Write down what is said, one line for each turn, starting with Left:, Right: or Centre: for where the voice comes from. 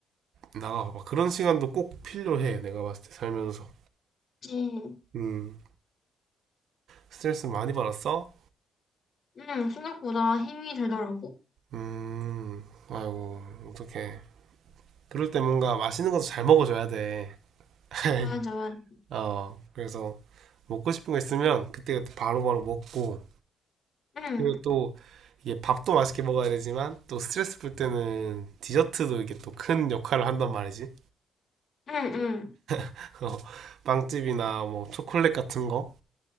Right: 나가봐봐. 그런 시간도 꼭 필요해. 내가 봤을 때 살면서.
Left: 그치.
Right: 음, 스트레스 많이 받았어?
Left: 응, 생각보다 힘이 들더라고.
Right: 음, 아이고, 어떡해. 그럴 때 뭔가 맛있는 것도 잘 먹어줘야 돼. <laughs>
Left: 맞아, 맞아.
Right: 어, 그래서 먹고 싶은 거 있으면 그때그때 바로바로 먹고,
Left: 응,
Right: 그리고 또 이게 밥도 맛있게 먹어야 되지만, 또 스트레스 풀 때는 디저트도 이게 또 큰 역할을 한단 말이지.
Left: 응, 응,
Right: <laughs> 어, 빵집이나 뭐 초콜릿 같은 거.